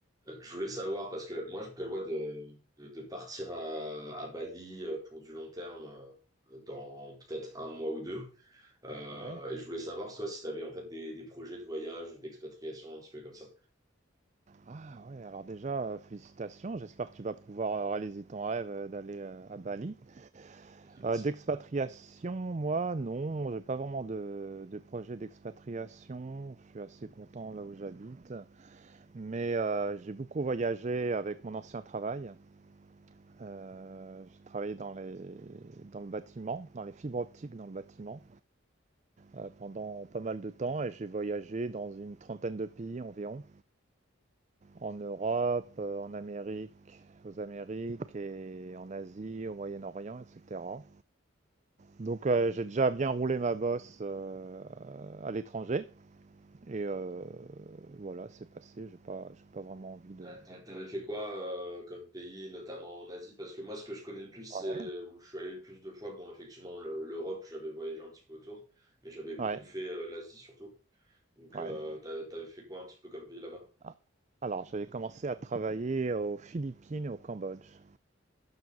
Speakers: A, on the right (about 20°); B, on the right (about 35°).
A: Euh, Je voulais savoir, parce que moi, je prévois de, de, de partir à, à Bali euh, pour du long terme euh, dans peut-être un mois ou deux. Euh,
B: Ouais.
A: et je voulais savoir, toi, si tu avais en fait des, des projets de voyage, ou d'expatriation, un petit peu comme ça.
B: Ah ouais, alors déjà, euh, félicitations. J'espère que tu vas pouvoir euh, réaliser ton rêve euh, d'aller euh, à Bali.
A: Ok, Merci.
B: Euh, d'expatriation, moi, non, j'ai pas vraiment de, de projet d'expatriation. Je suis assez content là où j'habite. Mais euh, j'ai beaucoup voyagé avec mon ancien travail. Euh, j'ai travaillé dans les, dans le bâtiment, dans les fibres optiques dans le bâtiment, euh, pendant pas mal de temps et j'ai voyagé dans une trentaine de pays environ. En Europe, euh, en Amérique, aux Amériques et en Asie, au Moyen-Orient, etc. Donc euh, j'ai déjà bien roulé ma bosse euh, à l'étranger et euh, voilà, c'est passé. J'ai pas, j'ai pas vraiment envie de.
A: Euh, t'a- T'avais fait quoi euh, comme pays, notamment en Asie? Parce que moi, ce que je connais le plus,
B: Ouais,
A: c'est où je suis allé le plus de fois. Bon, effectivement, le- l'Europe, j'avais voyagé un petit peu autour, mais j'avais beaucoup
B: ouais.
A: fait euh, l'Asie surtout. Donc,
B: ouais.
A: euh, t'a- t'avais fait quoi un petit peu comme pays là-bas?
B: Ah. Alors j'avais commencé à travailler aux Philippines et au Cambodge.